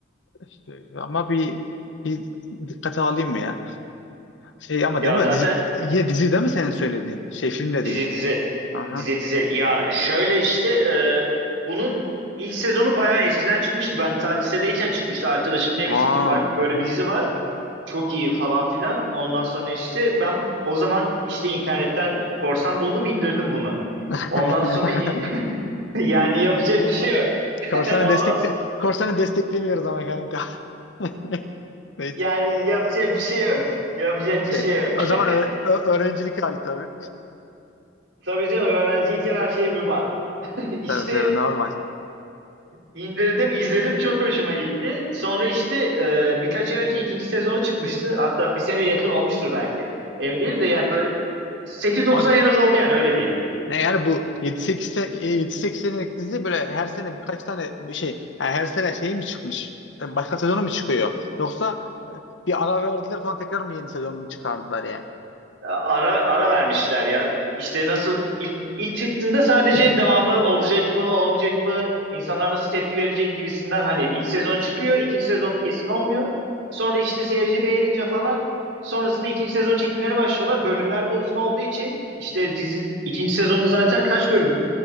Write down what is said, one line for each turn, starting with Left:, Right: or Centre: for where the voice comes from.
Left: İşte ama bir bir dikkate alayım mı ya? Şey ama
Right: Ya
Left: değil mi?
Right: zaten
Left: Dizi, yine dizi değil mi senin söylediğin? Şey film de
Right: dizi
Left: değil.
Right: dizi.
Left: Aha.
Right: Dizi dizi. Ya şöyle işte e, bunun ilk sezonu baya eskiden çıkmıştı. Ben ta lisedeyken çıkmıştı. Arkadaşım demişti
Left: Aa,
Right: ki bak böyle
Left: oha.
Right: bir dizi var. Çok iyi falan filan. Ondan sonra işte ben o zaman işte internetten korsan buldum indirdim bunu.
Left: <laughs>
Right: Ondan sonra i- <laughs> yani yapacak bir şey yok.
Left: Korsanı
Right: <laughs> Ondan
Left: destekle
Right: sonra
Left: Korsanı desteklemiyoruz ama kanka. <laughs> Neyse.
Right: yani yapacak bir şey yok. Yapacak
Left: Şey,
Right: bir şey yok.
Left: o
Right: <laughs>
Left: zaman öğ- ö- öğrencilik hali tabii.
Right: Tabii canım öğrenciyken her şey mübah. <laughs> İşte
Left: Tabii tabii normal.
Right: indirdim, izledim çok hoşuma gitti. Sonra işte e, birkaç ay önce ikinci sezonu çıkmıştı. Hatta bir sene yakın olmuştur belki. Emin değilim de yani böyle sekiz 9
Left: Abi
Right: ay en az oldu yani öyle diyeyim.
Left: Ne yani bu yedi sekiz sene, 7-8 senelik dizi böyle her sene birkaç tane bir şey yani her sene şey mi çıkmış? E, Başka sezonu mu çıkıyor? Yoksa e, bir ara verdiler sonra tekrar mı yeni sezonunu çıkardılar yani?
Right: ara ara vermişler ya. İşte nasıl ilk ilk çıktığında sadece devamı olacak mı olmayacak mı insanlar nasıl tepki verecek gibisinden hani ilk sezon çıkıyor ikinci sezon kesin olmuyor. Sonra işte seyirci beğenince falan sonrasında ikinci sezon çekimlerine başlıyorlar. Bölümler de uzun olduğu için işte dizinin ikinci sezonu zaten kaç bölüm?